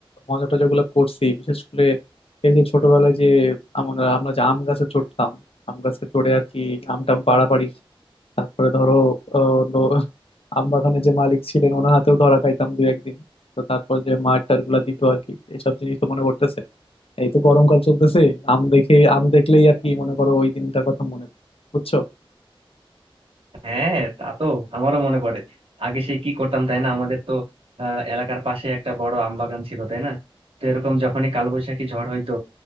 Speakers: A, on the left; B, on the right.
A: মজা টজা গুলো করছি বিশেষ করে এই যে ছোটবেলায় যে আমরা আমরা যে আম গাছে চড়তাম আম গাছে চড়ে আর কি আম টাম পাড়াপাড়ি তারপরে ধরো আহ, লো- আমবাগানে যে মালিক ছিলেন ওনার হাতেও ধরা খাইতাম দু একদিন তো তারপর যে মার টার গুলা দিত আর কি এসব জিনিস তো মনে পড়তেছে এই তো গরমকাল চলতেছে আম দেখে আম দেখলেই আর কি মনে করো ওই দিনটার কথা মনে পড়ে। বুঝছো
B: হ্যাঁ তা তো আমারও মনে পড়ে আগে সে কি করতাম তাই না আমাদের তো আহ এলাকার পাশে একটা বড় আম বাগান ছিল তাই না তো এরকম যখনই কালবৈশাখী ঝড় হইতো